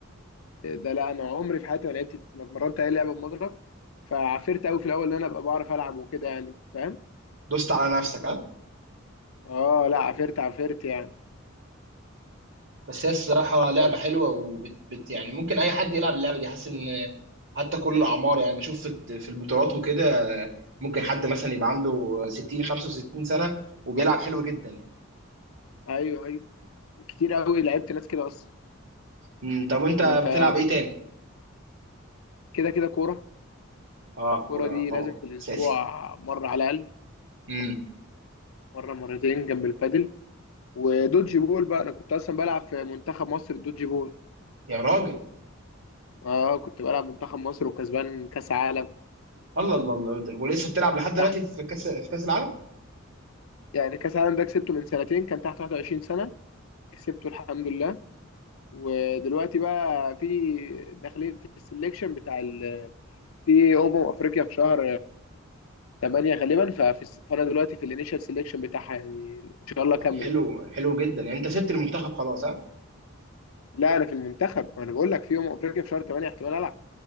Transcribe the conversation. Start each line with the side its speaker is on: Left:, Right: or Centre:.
Left: ده لا انا عمري في حياتي ما لعبت ما اتمرنت اي لعبه بمضرب فعفرت قوي في الاول ان انا ابقى بعرف العب وكده يعني فاهم
Right: دوست على نفسك ها
Left: اه لا عفرت عفرت يعني
Right: بس هي الصراحه لعبه
Left: طب
Right: حلوه وبت بت يعني ممكن اي حد يلعب اللعبه دي حاسس ان حتى كل الاعمار يعني بشوف في في البطولات وكده ممكن حد مثلا يبقى عنده 60 65 سنه وبيلعب حلو جدا يعني
Left: ايوه ايوه كتير قوي لعبت ناس كده اصلا
Right: مم، طب وانت
Left: طب انت
Right: بتلعب
Left: بتح...
Right: ايه تاني
Left: كده كده كوره
Right: اه
Left: الكوره
Right: كوره
Left: دي
Right: طبعا
Left: لازم في الاسبوع
Right: اساسي
Left: مره على الاقل
Right: امم
Left: مره مرتين جنب البادل ودوجي بول بقى انا كنت اصلا بلعب في منتخب مصر الدوجي بول
Right: يا راجل
Left: اه كنت بلعب منتخب مصر وكسبان كاس عالم
Right: الله الله الله ولسه بتلعب لحد دلوقتي
Left: تحت
Right: في كاس في كاس العالم
Left: يعني كاس عالم ده كسبته من سنتين كان تحت 21 سنة كسبته الحمد لله ودلوقتي بقى في داخلين في السليكشن بتاع ال... في امم افريقيا في شهر 8 غالبا ففي... فانا دلوقتي في الانيشال سليكشن بتاعها يعني ان شاء الله اكمل
Right: طب حلو
Left: بقى
Right: حلو جدا يعني انت سبت المنتخب خلاص ها
Left: لا انا في المنتخب ما انا بقول لك في امم افريقيا في شهر 8 احتمال العب